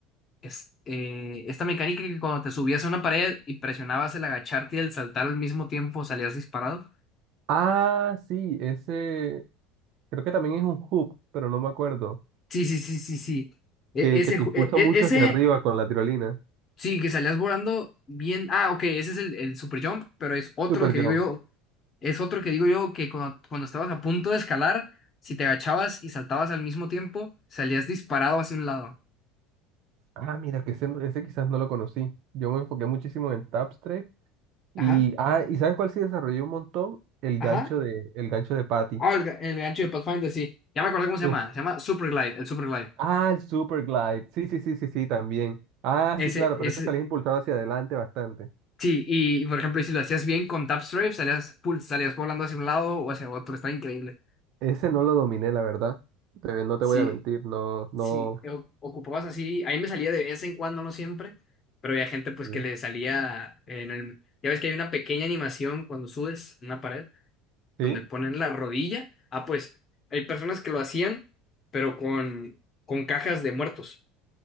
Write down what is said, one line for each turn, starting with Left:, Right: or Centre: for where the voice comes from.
Left: es, eh, esta mecánica que cuando te subías a una pared y presionabas el agacharte y el saltar al mismo tiempo salías disparado.
Right: Ah, sí, ese creo que también es un hoop, pero no me acuerdo.
Left: Sí, sí, sí, sí, sí. E-
Right: Que,
Left: ese,
Right: que te
Left: ju-
Right: impulsa
Left: e- e-
Right: mucho
Left: ese,
Right: hacia arriba con la tirolina.
Left: sí, que salías volando bien. Ah, ok, ese es el, el super jump, pero es otro
Right: Super
Left: que
Right: Jump.
Left: digo yo, es otro que digo yo que cuando, cuando estabas a punto de escalar, si te agachabas y saltabas al mismo tiempo, salías disparado hacia un lado.
Right: Ah, mira, que ese, no- ese quizás no lo conocí. Yo me enfoqué muchísimo en el Tapstrike. Y,
Left: Ajá,
Right: ah, ¿y sabes cuál sí desarrolló un montón? El
Left: ajá.
Right: gancho de, el gancho de Patty.
Left: Ah, el, ga- el gancho de Pathfinder, sí. Ya me acordé cómo se
Right: Uf.
Left: llama. Se llama Super Glide, el Super Glide.
Right: Ah, el Super Glide. Sí, sí, sí, sí, sí, también. Ah,
Left: Ese,
Right: sí, claro,
Left: ese,
Right: pero este salís impulsado hacia adelante bastante.
Left: Sí, y por ejemplo, y si lo hacías bien con tap strafe, salías, pul- salías volando hacia un lado o hacia otro, estaba increíble.
Right: Ese no lo dominé, la verdad. Te- no te
Left: Sí,
Right: voy a mentir, no, no.
Left: sí, o- ocupabas así, ahí me salía de vez en cuando, no siempre, pero había gente pues
Right: Sí.
Left: que le salía en el... Ya ves que hay una pequeña animación cuando subes una pared,
Right: Sí,
Left: donde ponen la rodilla. Ah, pues hay personas que lo hacían, pero con, con cajas de muertos.